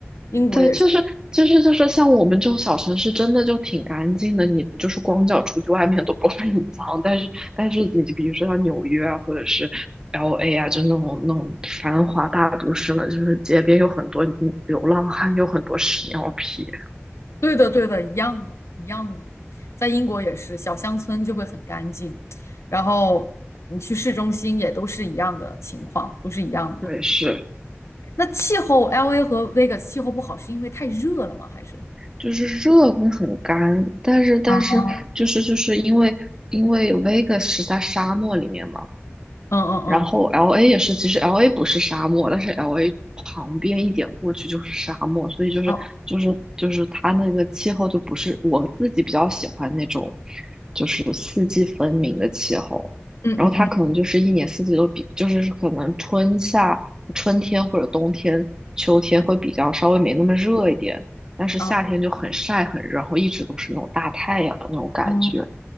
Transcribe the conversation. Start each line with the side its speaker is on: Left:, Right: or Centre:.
Left: 英国也是。
Right: 对，就是就是就是像我们这种小城市，真的就挺干净的。你就是光脚出去外面都不会很脏，但是但是你比如说像纽约啊，或者是 LA 啊，就那种那种繁华大都市呢，就是街边有很多流浪汉，有很多屎尿屁。
Left: 对的，对的，一样的，一样的，在英国也是，小乡村就会很干净，然后你去市中心也都是一样的情况，都是一样的。
Right: 对，是
Left: 那气候，LA 和 Vegas 气候不好是因为太热了吗？还是？
Right: 就是热跟很干，但是但是就是就是因为因为
Left: 啊？
Right: Vegas 是在沙漠里面嘛。
Left: 嗯嗯嗯，
Right: 然后 LA 也是，其实 LA 不是沙漠，但是 LA 旁边一点过去就是沙漠，所以就是就是就是它那个气候就不是我自己比较喜欢那种，
Left: 啊，
Right: 就是四季分明的气候。
Left: 嗯嗯嗯，
Right: 然后它可能就是一年四季都比，就是可能春夏、春天或者冬天、秋天会比较稍微没那么热一点，但是夏天就很晒很热，
Left: 啊，
Right: 然后一直都是那种大太阳那种感觉。
Left: 哦，